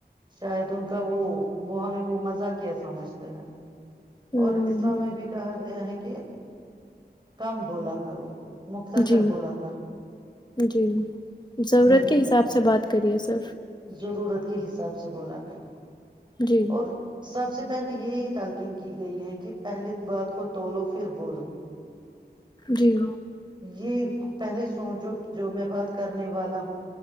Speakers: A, on the right (about 25°); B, on the left (about 25°).
A: شاید ان کا وہ وہ ہمیں وہ مزہ مزاقیہ سمجھتے ہیں۔
B: ہوں
A: اور اسلام
B: ہوں
A: میں بھی کہا گیا ہے کہ۔ کہ کم بولا کرو مخت سر
B: جی
A: بولا
B: جی ضرورت
A: ہوں
B: کے حساب سے بات کریے سر
A: ضرورت کے حساب سے سے بولا کر
B: جی
A: اور سب سے سی یہی تالقین کی گئی ہے کہ پہلی بات خ تو توولو پھر بولو
B: جی
A: یہ پہلے سوچو جو میں بات کرنے والا ہوں